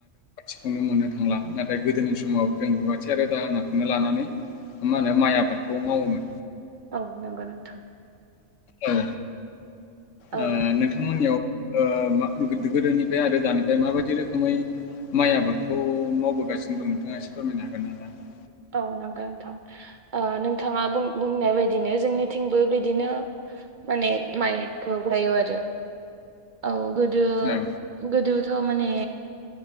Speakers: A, on the left; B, on the right.
A: खौनो मोननो थांला नाथाय गोदोनि समाव जों रुवाथि आरो दाहोनाखौनो लानानै मा होनो माइ आबादखौ मावोमोन।
B: औ नंगौ नोंथां।
A: औ
B: औ
A: ओ नोंथांमोननियाव ओ मा गोदोनिफ्राय आरो दानिफ्राय माबायदि रोखोमै माइ आबादखौ मावबोगासिनो दं नोंथाङा एसे फोरमायनो हागोन <unintelligible>
B: औ नंगौ नोंथां। ओ नोंथाङा बुं -बुंनाय बायदिनो जोंनिथिंबो बिदिनो माने माइखौ गायो आरो औ। गोदो-
A: औ
B: गोदोथ' माने